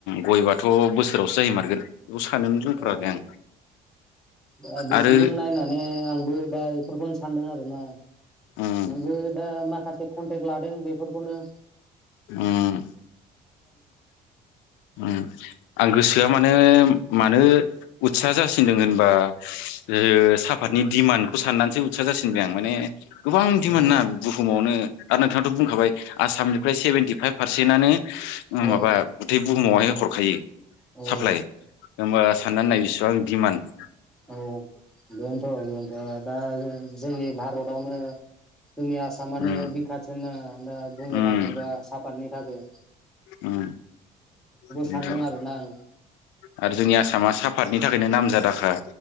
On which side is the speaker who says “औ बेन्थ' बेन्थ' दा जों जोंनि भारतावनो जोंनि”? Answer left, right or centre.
Centre